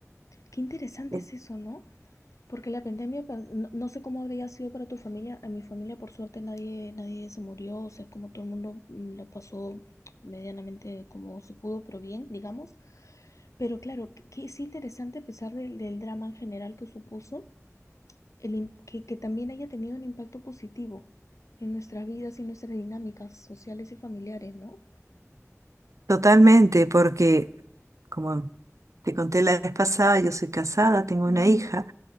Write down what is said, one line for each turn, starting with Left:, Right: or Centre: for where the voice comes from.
Left: Qué interesante
Right: Sí.
Left: es eso, ¿no? Porque la pandemia, pues, no, no sé cómo habría sido para tu familia. En mi familia, por suerte, nadie, nadie se murió. O sea, como todo el mundo mm, la pasó medianamente como se pudo, pero bien, digamos. Pero claro, que, que es interesante a pesar del, del drama en general que supuso, el, im- que, que también haya tenido un impacto positivo en nuestras vidas y en nuestras dinámicas sociales y familiares, ¿no?
Right: Totalmente, porque como te conté la vez pasada, yo soy casada, tengo
Left: Ujú,
Right: una hija.